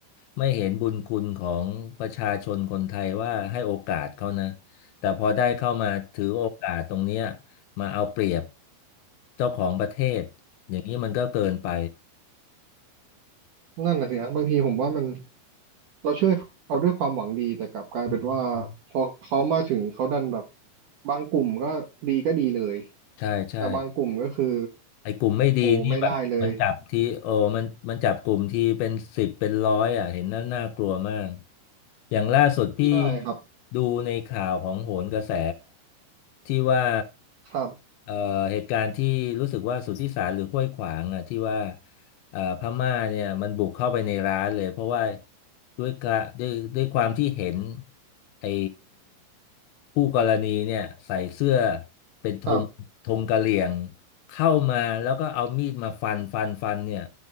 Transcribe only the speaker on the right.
นั่นน่ะสิฮะบางทีผมว่ามันเราช่วยเขาด้วยความหวังดีแต่กลับกลายเป็นว่าพอเขามาถึงเขาดันแบบ
บางกลุ่มก็ดีก็ดีเลย
แต่บางกลุ่มก็คือ
โอ้ไม่ได้เลย
ใช่ครับ
ครับ
ครับ